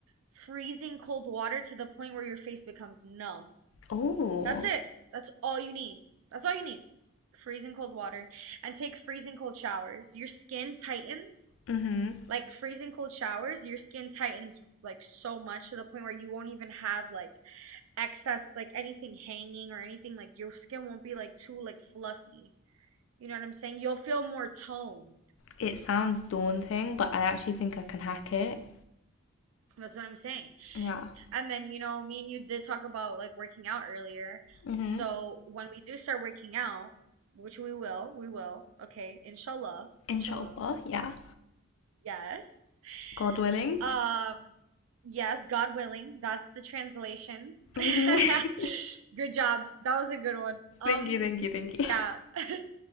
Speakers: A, on the right (about 80°); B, on the left (about 65°).
A: freezing cold water to the point where your face becomes numb.
B: Oh,
A: That's it! That's all you need. That's all you need. Freezing cold water. And take freezing cold showers. Your skin tightens.
B: mm-hmm.
A: Like freezing cold showers, your skin tightens like so much to the point where you won't even have like excess like anything hanging or anything like your skin won't be like too like fluffy. You know what I'm saying? You'll feel more toned.
B: It sounds daunting, but I actually think I can hack it.
A: That's what I'm saying.
B: Yeah.
A: And then, you know, me and you did talk about like working out earlier.
B: Mm-hmm.
A: So when we do start working out, which we will, we will, okay, inshallah, inshallah.
B: Inshallah, yeah.
A: Yes.
B: God willing.
A: Um, yes, God willing, that's the translation. <laughs>
B: hmm <laughs>
A: Good job. That was a good one. Um,
B: Thank you, thank you, thank you.
A: yeah. <laughs>